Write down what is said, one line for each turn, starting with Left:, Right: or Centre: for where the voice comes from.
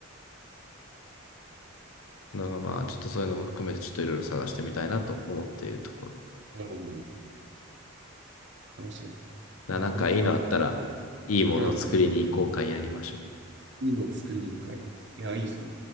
Left: のが、まあ、ちょっとそういうのも含めて、ちょっといろいろ探してみたいなと思っているところ。
Right: なるほど。話が
Left: ななんかいいのあったら、
Right: 広がりますね。
Left: いいものを作りに行こうかやりましょう。
Right: うん。いいのを作りに行く会。いや、いいですね。